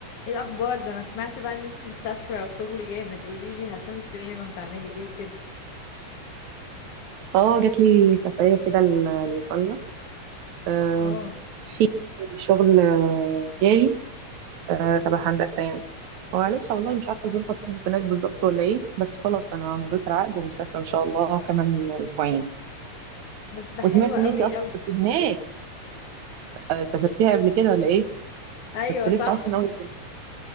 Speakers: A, on the left; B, on the right.
A: ايه الاخبار ده انا سمعت بقى ان انتي مسافره وشغل جامد قولي لي هتروحي فين وهتعملي ايه وكده
B: اه جات لي سفرية كده ل- لإيطاليا آه،
A: اه
B: في شغل آه، جالي آه، تبع هندسة يعني هو لسه والله مش عارفة ظروفها تظبط هناك بالظبط ولا ايه بس خلاص أنا مضيت العقد ومسافرة إن شاء الله كمان أسبوعين
A: بس ده
B: وسمعت
A: حلو قوي
B: إن أنتي أصلا
A: قوي
B: سافرتي هناك آه، سافرتيها قبل كده ولا ايه؟
A: ايوه
B: كنت لسه
A: صح
B: أصلا أول كده